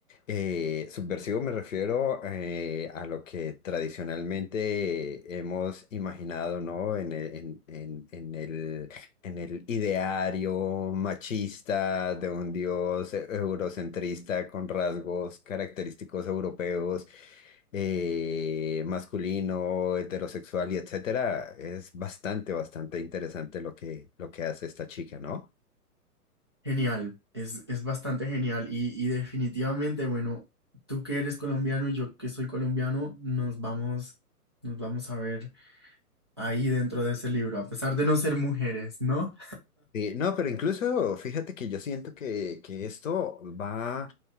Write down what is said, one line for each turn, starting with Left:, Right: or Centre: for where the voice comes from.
Left: Eh, subversivo me refiero eh, a lo que tradicionalmente hemos imaginado, ¿no? En el, en, en- en el, en el ideario machista de un dios eurocentrista con rasgos característicos europeos, eh, masculino, heterosexual y etcétera. Es bastante, bastante interesante lo que, lo que hace esta chica, ¿no?
Right: genial, es, es bastante genial y, y definitivamente, bueno, tú que eres colombiano y yo que soy colombiano, nos vamos, nos vamos a ver ahí dentro de ese libro, a pesar de no ser mujeres, ¿no?
Left: Sí, no, pero incluso fíjate que yo siento que, que esto va,